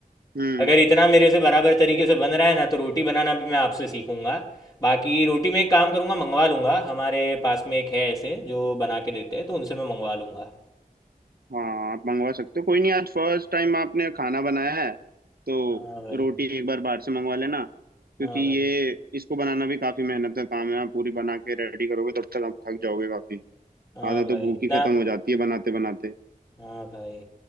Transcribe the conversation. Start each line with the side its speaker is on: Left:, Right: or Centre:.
Right: हम्म
Left: अगर इतना मेरे से बराबर तरीके से बन रहा है ना तो रोटी बनाना भी मैं आपसे सीखूंगा बाकी रोटी में एक काम करूंगा मंगवा लूंगा हमारे पास में एक है ऐसे जो बना के देते हैं तो उनसे मैं मंगवा लूंगा
Right: हाँ आप मंगवा सकते हो कोई नहीं आज फर्स्ट टाइम आपने खाना बनाया है तो
Left: हाँ भाई
Right: रोटी एक बार बाहर से मंगवा लेना क्योंकि
Left: हाँ भाई
Right: ये इसको बनाना भी काफी मेहनत का काम है आप पूरी बना के रेडी करोगे तब तक आप थक जाओगे काफी
Left: हाँ भाई
Right: आधा
Left: हाँ
Right: तो
Left: भाई
Right: भूख
Left: इतना
Right: ही खत्म हो जाती है बनाते बनाते
Left: हाँ भाई